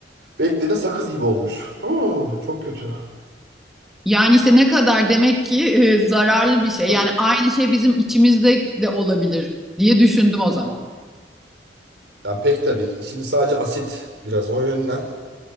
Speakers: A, on the right; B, in the centre.
A: Beklediğine sakız gibi olmuş. Huu, çok kötü.
B: Yani işte ne kadar demek ki e, zararlı bir şey.
A: Tabii.
B: Yani aynı şey bizim içimizde de olabilir diye düşündüm o zaman.
A: Yani pek tabii ki. Şimdi sadece asit biraz o yönden